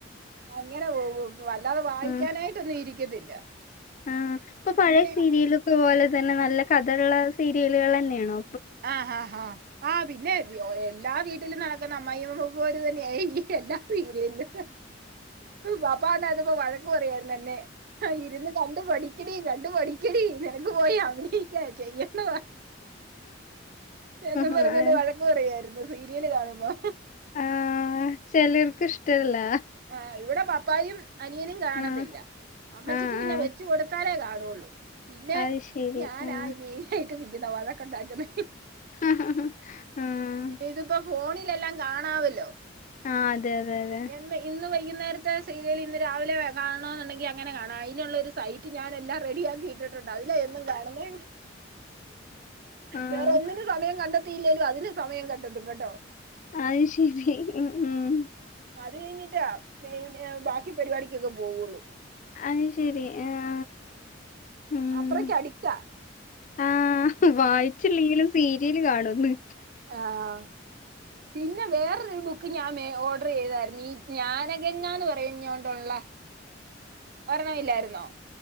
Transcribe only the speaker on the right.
അങ്ങനെ പോവും വല്ലാതെ വായിക്കാനായിട്ടൊന്നും
ഇരിക്കത്തില്ല
പിന്നെ
ആഹ് ആഹ് ആഹ് ആഹ് പിന്നെ എല്ലാ വീട്ട്ലും നടക്ക്ന്ന അമ്മായിയമ്മ പോര് തന്നെ ആയി എല്ലാ സീരിയേലും വാപ്പാന്നറഞപ്പ വഴക്ക് പറയാർന്നു എന്നെ ആഹ് ഇരുന്ന് കണ്ടു പഠിക്കടീ കണ്ടു പഠിക്കടീ നിനക്ക് പോയി അഭിനയിക്കാ ചെയ്യണമ എന്നും പറഞ്ഞോണ്ട്
വഴക്ക് പറായ്രുന്നു സീരീല് കാണുമ്പൊ
ആഹ് ഇവടെ പപ്പായും അനിയനും കാണത്തില്ല.
അമ്മച്ചിക്ക്
പിന്നെ
വെച്ച് കൊട്ത്താലെ കാണൊള്ളു പിന്നെ
ഞാനാ
മെയിനായിട്ട് നിക്ക്ന്നെ വഴക്ക് ഉണ്ടാക്ക്ന്നെ
പിന്നെ ഇതിപ്പൊ ഫോണിലെല്ലാം കാണാവല്ലൊ
എന്ന് ഇന്ന് വൈകുന്നേര്ത്തെ സീര്യേല് ഇന്ന് രാവിലെ കാണൊ ന്ന്ണ്ടെങ്കി അങ്ങനെ കാണ അയിനുള്ളൊര് സീ സൈറ്റ് ഞാനെല്ലാ റെഡിയാക്കി അതിലെ എന്നും കാണുന്നെ
വേറെ ഒന്നിനും സമയം കണ്ട ത്തീലേലും അതിന് സമയം കണ്ടെത്തും കെട്ടോ
അത് കഴിഞ്ഞ്ട്ടാ മെയിൻ ഏഹ് ബാക്കി പരിപാടികൊക്കെ പോവൊള്ളു
അത്രക്ക് അടിക്റ്റ
ആഹ് പിന്നെ വേറൊര് ബുക്ക് ഞാൻ മേ ഓഡ്രീതാര്ന്നു ഈ ഞാനഗങ്ങാന്ന് പറയഞ്ഞോണ്ട്ള്ള ഒരെണ്ണമില്ലായിര്ന്നൊ